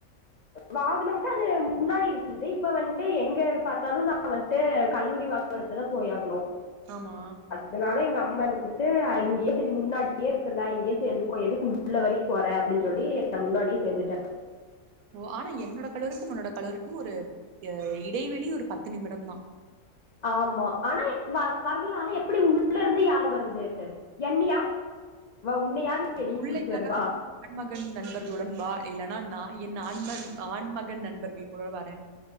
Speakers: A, on the left; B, on the right.
A: வாகனம்தா அது முன்னாடி இருந்துது இப்ப வந்துட்டு எங்க பாத்தாலு நா வன்ட்டு கல்லூரி வா வாகனத்துலதா போயாகணு
B: ஆமா
A: அதனால எங்க அம்மா இருந் ட்டு இங்கயே சரி முன்னாடியே இருக்குல்ல இங்கயே சேந்துக்கோ எதுக்கு உள்ள வரிக் போற அப்டின்னு சொல்லி நா முன்னாடியே சேந்துட்ட
B: ஓ ஆனா என்னோட கலோரிக்கும் உன்னோட கலோரிக்கும் ஒரு அ இடைவெளி ஒரு பத்து நிமிடதா
A: ஆமா ஆனா வர்லா ஆனா எப்டி உள்ள இருந்து யாரு வரது என்னை உன்னை யாரு வெளியே
B: உள்ள
A: கூட்டிட்டு
B: யாராது
A: வருவா
B: <inaudible> மகன் நண்பர்களுடன் வா இல்லனா நா என் ஆண்ம ஆண்மகன் நண்பர்கள் கூட வரன்